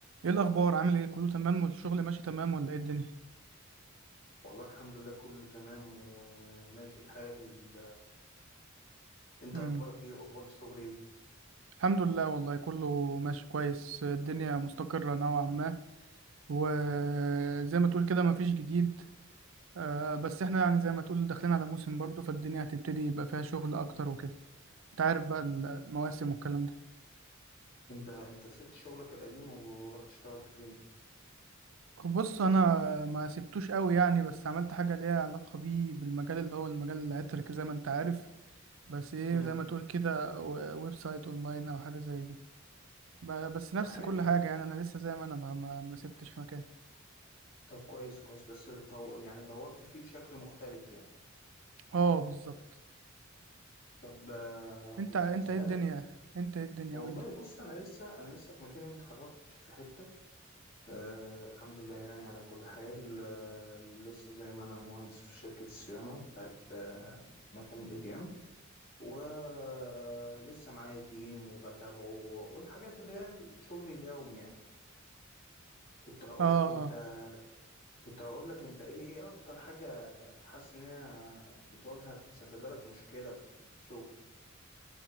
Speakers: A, on the right; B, on the left.
A: ايه الاخبار عامل ايه كله تمام والشغل ماشي تمام ولا ايه الدنيا
B: والله الحمد لله كله تمام وماشي الحال انت
A: امم
B: اخبارك ايه واخبار الشغل ايه
A: الحمد لله والله كله ماشي كويس الدنيا مستقرة نوعا ما وزي ما تقول كده مفيش جديد آه، بس احنا يعني زي ما تقول داخلين على موسم برضه فالدنيا هتبتدي يبقى فيها شغل اكتر وكده انت عارف بقى المواسم والكلام ده
B: انت انت سبت شغلك القديم ورحت اشتغلت فين
A: بص انا ما سبتوش قوي يعني بس عملت حاجه ليها علاقه بيه بالمجال اللي هو المجال العطري زي ما انت عارف بس ايه
B: امم
A: زي ما تقول كده و- ويب سايت اونلاين او حاجه زي دي ب- بس نفس
B: طب حلو
A: كل حاجة يعني أنا لسه زي ما أنا ما, ما, ما سبتش مكان
B: طب كويس كويس بس طو... يعني طورت فيه بشكل مختلف يعني
A: اه بالظبط
B: طب آه،
A: أنت
B: كنت
A: أنت
B: هسألك
A: إيه الدنيا أنت إيه الدنيا
B: والله
A: قول لي
B: بص أنا لسه أنا لسه في مكاني متحركتش في حتة أه الحمد لله يعني على كل حال أه لسه زي ما أنا مهندس في شركة الصيانة بتاعت أه مكان الاي تي ام ولسه معايا تيم وبتابعه والحاجات اللي هي الشغل اليومي يعني كنت هقول
A: اه
B: لك أنت
A: اه
B: كنت هقول لك أنت إيه إيه أكتر حاجة حاسس إن هي بتواجهك مسببة لك مشكلة في ال- في الشغل